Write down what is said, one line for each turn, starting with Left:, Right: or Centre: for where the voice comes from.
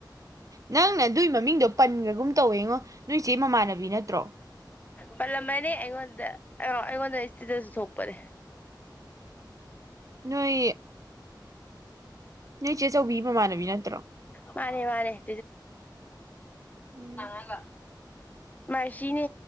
Right: ꯅꯪꯅ ꯑꯗꯨꯏ ꯃꯃꯤꯡꯗꯣ ꯄꯟꯒꯨꯝ ꯇꯧꯋꯦꯉꯣ ꯅꯣꯏ ꯆꯦ ꯃꯃꯥꯟꯅꯕꯤ ꯅꯠꯇ꯭ꯔꯣ
Left: ꯄꯜꯂꯝꯕꯅꯤ ꯑꯩꯉꯣꯟꯗ ꯑ ꯑꯩꯉꯣꯟꯗ ꯏꯁꯇꯗꯁꯨ ꯊꯣꯛꯣꯛꯄꯔꯦ
Right: ꯅꯣꯏ ꯅꯣꯏ ꯆꯦ ꯆꯧꯕꯤ ꯃꯃꯥꯟꯅꯕꯤ ꯅꯠꯇ꯭ꯔꯣ
Left: ꯃꯥꯅꯦ ꯃꯥꯅꯦ
Right: ꯎꯝ
Left: ꯍꯒ ꯃꯥꯔꯁꯤꯅꯦ